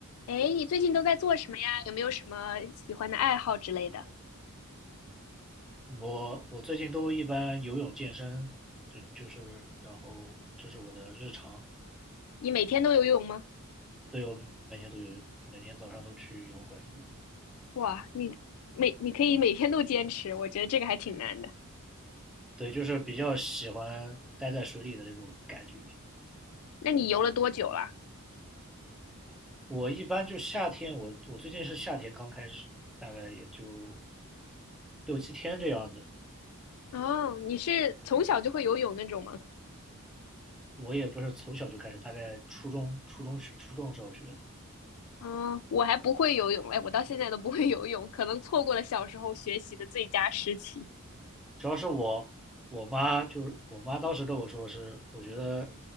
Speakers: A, on the left; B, in the centre.
A: 哎，你最近都在做什么呀？有没有什么喜欢的爱好之类的？
B: 我我最近都一般游泳健身，就就是然后这是我的日常，
A: 你每天都游泳吗？
B: 对，我每天都游泳，每天早上都去游泳馆游泳，
A: 哇，你每你可以每天都坚持，我觉得这个还挺难的。
B: 对，就是比较喜欢待在水里的那种感觉。
A: 那你游了多久了？
B: 我一般就夏天，我我最近是夏天刚开始，大概也就六七天这样的。
A: 哦，你是从小就会游泳那种吗？
B: 我也不是从小就开始，大概初中、初中、初中时候学的，
A: 哦，我还不会游泳，哎，我到现在都不会游泳，可能错过了小时候学习的最佳时期。
B: 主要是我我妈就是我妈当时跟我说是，我觉得，